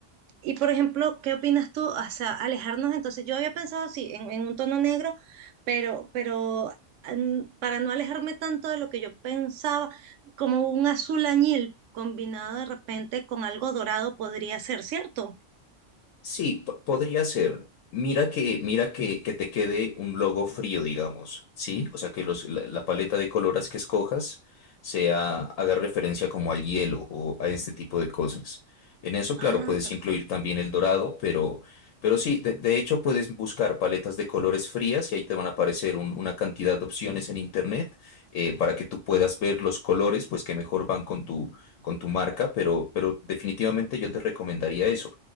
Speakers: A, on the right; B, on the left.
A: y por ejemplo, ¿qué opinas tú? O sea, alejarnos, entonces yo había pensado, sí, en, en un tono negro, pero, pero mm, para no alejarme tanto de lo que yo pensaba, como un azul añil combinado de repente con algo dorado podría ser, ¿cierto?
B: Sí, po- podría ser. Mira que, mira que, que te quede un logo frío, digamos, ¿sí? O sea, que los, la, la paleta de colores que escojas sea, haga referencia como al hielo o a este tipo de cosas. En eso,
A: Ah,
B: claro, puedes
A: perfecto.
B: incluir también el dorado, pero, pero sí, de, de hecho puedes buscar paletas de colores frías y ahí te van a aparecer un- una cantidad de opciones en internet eh, para que tú puedas ver los colores, pues que mejor van con tu, con tu marca, pero, pero definitivamente yo te recomendaría eso